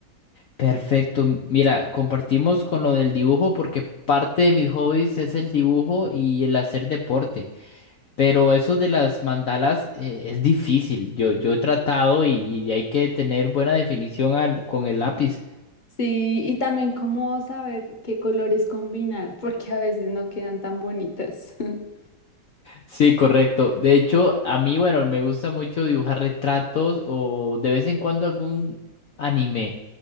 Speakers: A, on the left; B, on the left.
A: Perfecto. M- Mira, compartimos con lo del dibujo porque parte de mis hobbies es el dibujo y el hacer deporte. Pero eso de las mandalas eh, es difícil. Yo, yo he tratado y, y hay que tener buena definición al- con el lápiz.
B: Sí, y también cómo saber qué colores combinar, <laughs> porque a veces no quedan tan bonitas. <laughs>
A: Sí, correcto. De hecho, a mí, bueno, me gusta mucho dibujar retratos o de vez en cuando algún anime.